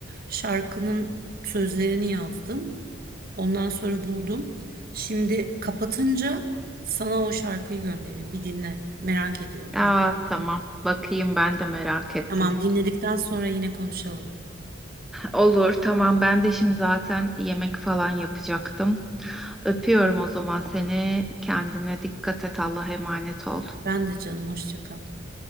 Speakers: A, on the right; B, in the centre.
A: Şarkının sözlerini yazdım. Ondan sonra buldum. Şimdi kapatınca sana o şarkıyı göndereyim. Bir dinle. Merak ediyorum
B: Aa,
A: ben.
B: tamam. Bakayım ben de merak ettim.
A: Tamam, dinledikten sonra yine konuşalım.
B: Olur, tamam. Ben de şimdi zaten yemek falan yapacaktım. Öpüyorum o zaman seni. Kendine dikkat et. Allah'a emanet ol. Bay
A: Ben de canım hoşça kal.